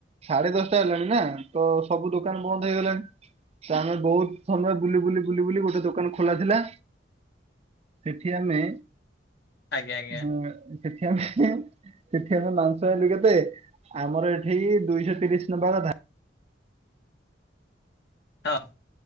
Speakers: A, on the right; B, on the left.
A: ସାଢେ ଦଶଟା ହେଲାଣି ନା। ତ, ସବୁ ଦୋକାନ ବନ୍ଦ ହେଇଗଲାଣି। ତ, ଆମେ ବହୁତ ସମୟ ବୁଲି ବୁଲି ବୁଲି ବୁଲି ଗୋଟେ ଦୋକାନ ଖୋଲା ଥିଲା। ସେଠି ଆମେ
B: ଆଜ୍ଞା ଆଜ୍ଞା।
A: ହଁ, ସେଠି ଆମେ, ସେଠି ଆମେ ମାଂସ ଆଇଁଲୁ କେତେ? ଆମର ସେଇ ଦୁଇ ଶହ ତିରିଶ ଖଣ୍ଡ ଧା
B: <inaudible>